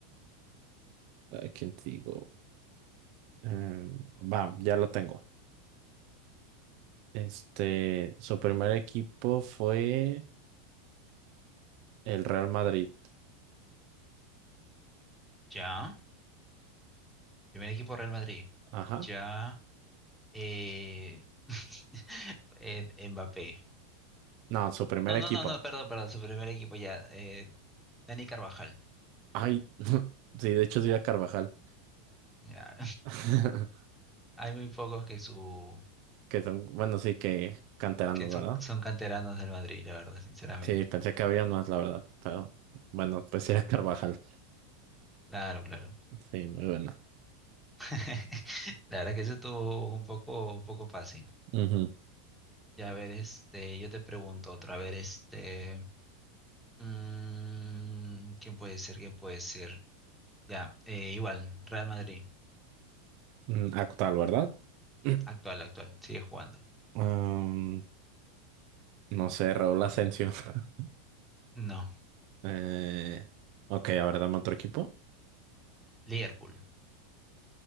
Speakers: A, on the right; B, in the centre.
A: ¿a quién te digo? Em, va, ya lo tengo. Este, su primer equipo fue el Real Madrid.
B: Ya. Primer equipo Real Madrid.
A: Ajá.
B: Ya. Eh, <laughs> eh, Mbappé.
A: No, su primer
B: No,
A: equipo.
B: no, no, no, perdón, perdón, su primer equipo ya. eh, Dani Carvajal.
A: Ay, <laughs> sí, de hecho es Frida Carvajal.
B: ya.
A: <laughs>
B: <laughs> Hay muy pocos que su
A: Que son, bueno, sí que canteranos,
B: que son,
A: ¿verdad?
B: son canteranos del Madrid, la verdad, sinceramente.
A: Sí, pensé que habría más, la verdad. Pero bueno, pues era Carvajal.
B: Claro, claro.
A: Sí, muy buena.
B: <laughs> La verdad que eso estuvo un poco, un poco fácil.
A: Ujú.
B: Ya a ver, este, yo te pregunto otra, a ver, este, mm, ¿quién puede ser? ¿Quién puede ser? Ya, eh, igual, Real Madrid,
A: Mm, Actual, ¿verdad? <clears throat>
B: actual, actual, sigue jugando.
A: Um, no sé, Raúl Asensio. <laughs>
B: No,
A: Eh, ok, a ver, dame otro equipo.
B: Liverpool,